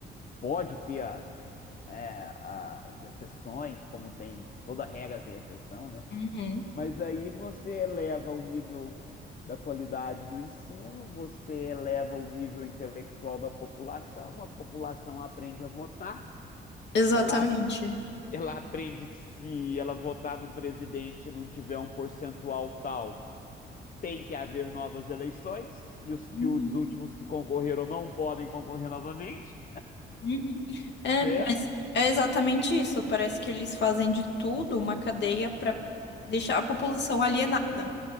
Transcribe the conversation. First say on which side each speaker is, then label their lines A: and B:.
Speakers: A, on the left; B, on the left.
A: Pode ter as, é, as exceções, como tem, toda regra tem exceção, né?
B: Uhum.
A: Mas aí você eleva o nível da qualidade do ensino, você eleva o nível intelectual da população, a população aprende a votar,
B: Exatamente.
A: ela, ela aprende que se ela votar num presidente e não tiver um percentual tal, tem que haver novas eleições, e os que
B: Uhum,
A: os últimos que concorreram não podem concorrer novamente,
B: uhum. É,
A: né?
B: mas é exatamente isso. Parece que eles fazem de tudo uma cadeia para deixar a população alienada,